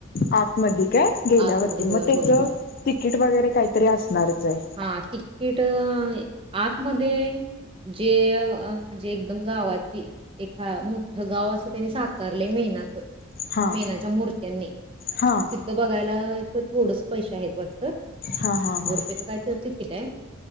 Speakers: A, on the left; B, on the right.
A: आतमध्ये काय गेल्यावरती
B: आतमध्ये होय
A: मग त्याच
B: होय होय
A: तिकीट वगैरे काहीतरी असणारच आहे.
B: हा तिकीट आतमध्ये जे म्हणजे एकदम गावाची एखा मोठं गाव असं त्यानी साकारलय मेनात
A: हा
B: मेनाच्या मूर्त्यांनी
A: हा
B: तिथं बघायला तर थोडंस पैसे आहेत वाट
A: हां-हां-हां.
B: त्याच काय तरी तिकिट हाय